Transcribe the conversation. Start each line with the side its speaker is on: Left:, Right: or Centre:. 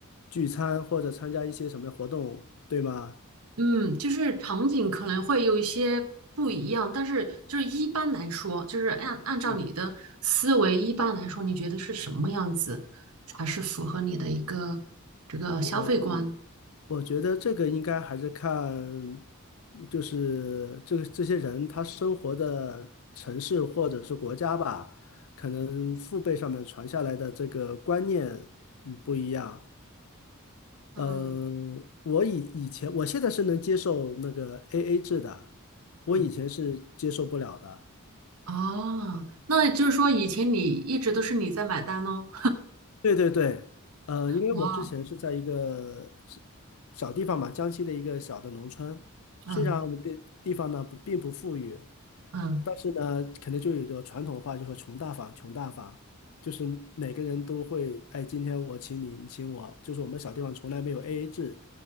Left: 聚餐或者参加一些什么活动，对吗？
Right: 嗯，就是场景可能会有一些不一样，但是就是一般来说，就是按按照你的思维，
Left: 嗯，
Right: 一般来说，你觉得是什么样子才是符合你的一个这个消费观？
Left: 我我觉得这个应该还是看，就是这个这些人他生活的城市或者是国家吧，可能父辈上面传下来的这个观念嗯不一样。
Right: 嗯
Left: 嗯，我以以前我现在是能接受那个 AA 制的，我以前是接受不了的。
Right: 嗯，哦，那就是说以前你一直都是你在买单哦。
Left: 对对对，呃，因为我之前是在一个是
Right: 哇，
Left: 小地方嘛，江西的一个小的农村，虽然我们的地方呢不并不富裕，
Right: 嗯嗯
Left: 但是呢，可能就有一个传统话，就说“穷大方，穷大方”，就是每个人都会，哎，今天我请你，你请我，就是我们小地方从来没有 AA 制